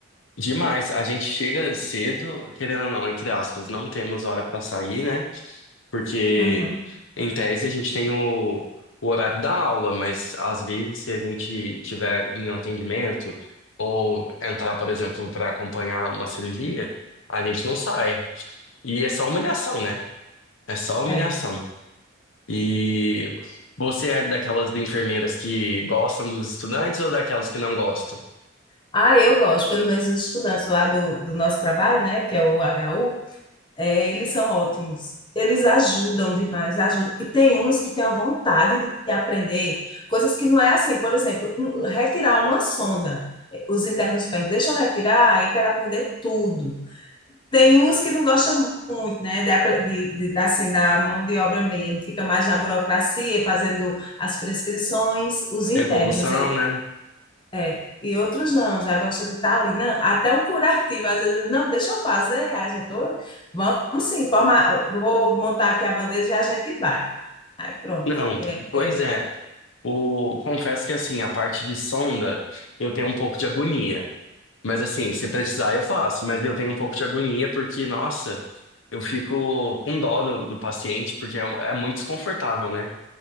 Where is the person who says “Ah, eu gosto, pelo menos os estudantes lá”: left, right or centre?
Left